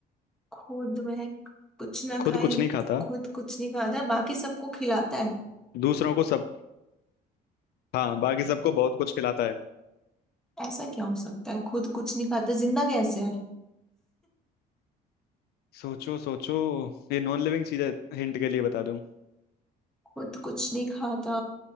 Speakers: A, in the centre; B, on the left.
A: खुद वह कुछ ना
B: खुद
A: खाए
B: कुछ नहीं खाता
A: खुद कुछ नहीं खाता बाकी सबको खिलाता है
B: दूसरों को सब हाँ बाकी सबको बहुत कुछ खिलाता है
A: ऐसा क्या हो सकता है खुद कुछ नहीं खाता जिंदा कैसे है
B: सोचो सोचो ये नॉन लिविंग चीज है हिंट के लिए बता दूं
A: खुद कुछ नहीं खाता